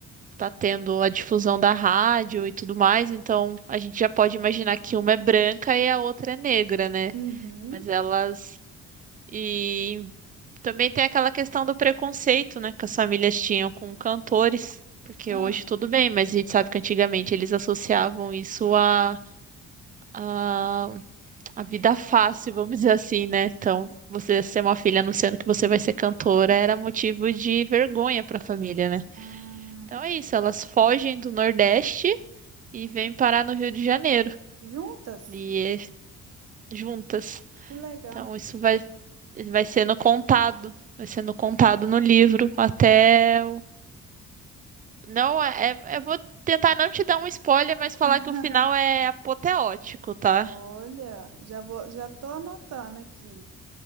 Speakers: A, on the right; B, on the right.
A: tá tendo a difusão da rádio e tudo mais. Então, a gente já pode imaginar que uma é branca e a outra é negra, né?
B: Uhum.
A: Mas elas. E também tem aquela questão do preconceito, né, que as famílias tinham com cantores, porque
B: Ah,
A: hoje tudo bem, mas a gente sabe que antigamente eles associavam isso à à à vida fácil, vamos dizer assim, né? Então, você ser uma filha anunciando que você vai ser cantora era motivo de vergonha para a família, né?
B: ah,
A: Então é isso, elas fogem do Nordeste e vêm parar no Rio de Janeiro,
B: juntas?
A: e é juntas.
B: Que legal.
A: Então, isso vai, vai sendo contado, vai sendo contado no livro até Não, é, é- eu vou tentar não te dar um spoiler, mas falar
B: <laughs>
A: que o final é apoteótico, tá?
B: Olha, já vou, já tô anotando aqui